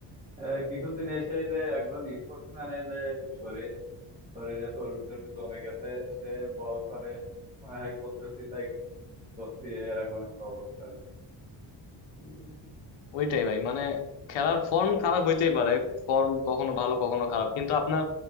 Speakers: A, on the right (about 15°); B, on the left (about 85°).
A: আহ, কিছুদিন এসে যে একজন স্পোর্টসম্যানের যে শরীর শরীরে চর্বি টর্বি কমে গেছে সে বল করে মনে হয় করতেছি তাই করছি এরকম একটা অবস্থা আর কি। উম,
B: ওইটাই ভাই মানে খেলার ফর্ম খারাপ হইতেই পারে ফর্ম কখনো ভালো কখনো খারাপ কিন্তু আপনার